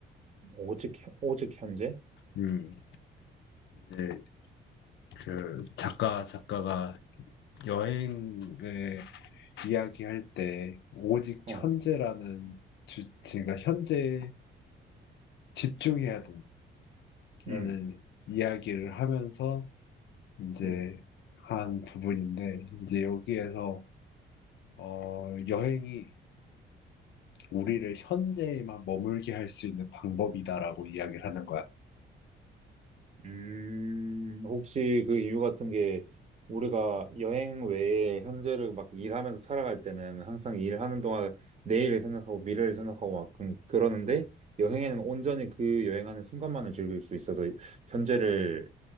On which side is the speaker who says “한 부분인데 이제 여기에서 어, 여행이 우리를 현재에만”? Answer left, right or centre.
Left